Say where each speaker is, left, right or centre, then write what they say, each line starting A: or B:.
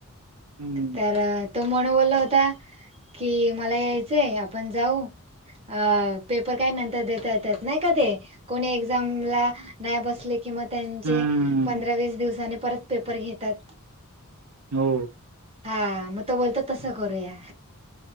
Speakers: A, on the right (about 80°); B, on the right (about 25°).
A: हं,
B: तर तो मणू बोला होता कि मला यायचंय आपण जाऊ अ पेपर काय नंतर देता येतात. नाही का ते कोणी एक्झामला नाही बसले किंवा त्यांचे
A: हं.
B: पंधरा वीस दिवसानी परत पेपर घेतात.
A: हो
B: हां मग तो बोलतो तसं करूया